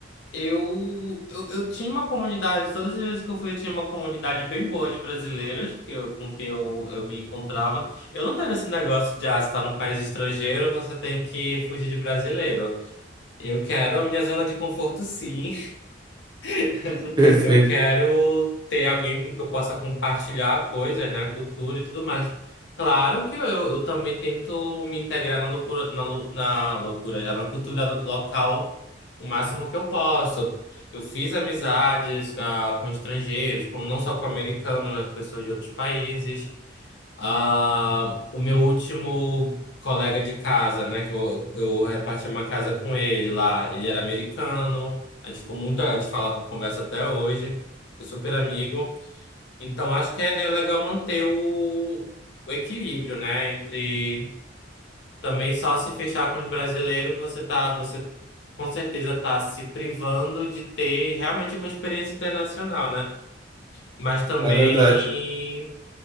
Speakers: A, on the left; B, on the right.
A: eu, eu, eu tinha uma comunidade, todas as vezes que eu fui, eu tinha uma comunidade bem boa de brasileiros que eu, com quem eu, eu me encontrava. Eu não tenho esse negócio de, ah, você tá num país estrangeiro, você tem que fugir de brasileiro. Eu quero a minha zona de conforto, sim. <laughs>
B: Perfeito.
A: Eu quero ter alguém com que eu possa compartilhar coisas, né? Cultura e tudo mais. Claro que eu, eu também tento me integrar na loucura, na, lu- na loucura, já na cultura local o máximo que eu posso. Eu fiz amizades ah, com estrangeiros, com, não só com americanos, mas com pessoas de outros países. Ah, o meu último colega de casa, né, que eu, eu repartia uma casa com ele lá, ele era americano, a gente ficou muito de falar por conversa até hoje, sou super amigo. Então acho que é, é legal manter o, o equilíbrio, né, entre também só se fechar com os brasileiros, você tá, você com certeza tá se privando de ter realmente uma experiência internacional, né? Mas também
B: É verdade.